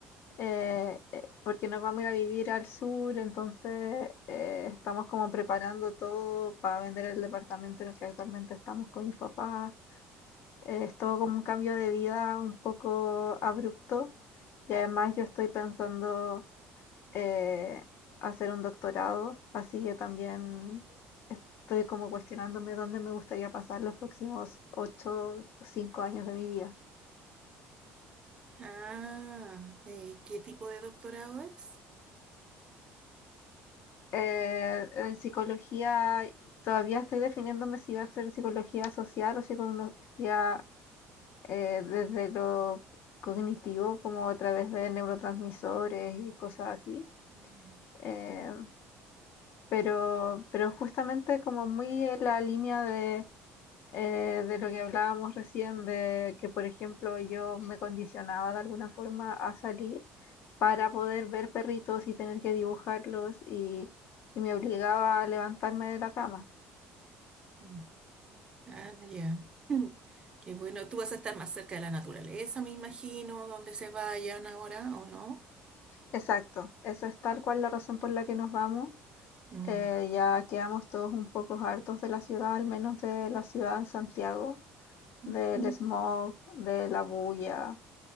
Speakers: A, on the left; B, on the right.
A: eh, eh, porque nos vamos a ir a vivir al sur, entonces eh, estamos como preparando todo para vender el departamento en el que actualmente estamos con mis papás. Eh, Es todo
B: Mm.
A: como un cambio de vida un poco abrupto y además yo estoy pensando eh, hacer un doctorado, así que también estoy como cuestionándome dónde me gustaría pasar los próximos 8 o 5 años de mi vida.
B: Ah, ¿y qué tipo de doctorado es?
A: Eh, en psicología todavía estoy definiéndome si va a ser psicología social o psicología eh, desde lo cognitivo, como a través de neurotransmisores y cosas así.
B: Mm.
A: Eh, Pero, pero justamente como muy en la línea de, eh, de lo que hablábamos recién, de que por ejemplo yo me condicionaba de alguna forma a salir para poder ver perritos y tener que dibujarlos y, y me obligaba a levantarme de la cama.
B: Mm, Ah, ya. Mm, Qué bueno. Tú vas a estar más cerca de la naturaleza, me imagino, donde se vayan ahora, ¿o no?
A: Exacto, esa es tal cual la razón por la que nos vamos.
B: Mm.
A: Eh, ya quedamos todos un poco hartos de la ciudad, al menos de la ciudad en Santiago,
B: Ujú.
A: del smog, de la bulla,